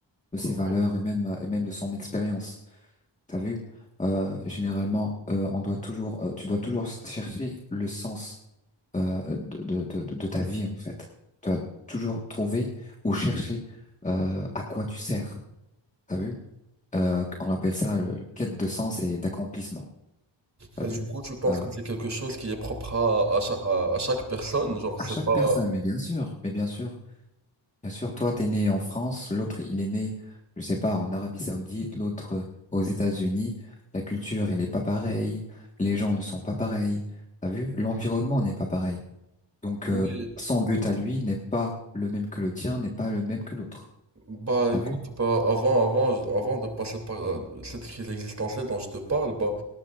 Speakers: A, on the left (about 15°); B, on the right (about 35°).
A: de ses
B: ouais.
A: valeurs et même, et même de son expérience. T'as vu? Euh, généralement, euh, on doit toujours, euh, tu dois toujours chercher le sens euh, de, de, de, de ta vie, en fait. Tu dois toujours trouver ou chercher euh, à quoi tu sers. T'as vu? Euh, on appelle ça le, le quête de sens et d'accomplissement. T'as
B: Mais
A: vu?
B: du coup, tu penses
A: Euh,
B: que c'est quelque chose qui est propre à, à, chaque, à, à chaque personne, genre,
A: à
B: c'est
A: chaque
B: pas...
A: personne, mais bien sûr, mais bien sûr, Bien sûr, toi, t'es né en France, l'autre, il est né, je sais pas, en Arabie Saoudite, l'autre euh, aux États-Unis. La culture, elle est pas pareille. Les gens ne sont pas pareils. T'as vu? L'environnement n'est pas pareil. Donc,
B: Oui,
A: euh, son but à lui n'est pas le même que le tien, n'est pas le même que l'autre.
B: bah
A: T'as
B: écoute,
A: vu?
B: bah, avant, avant, avant de passer par euh, cette crise existentielle dont je te parle, bah,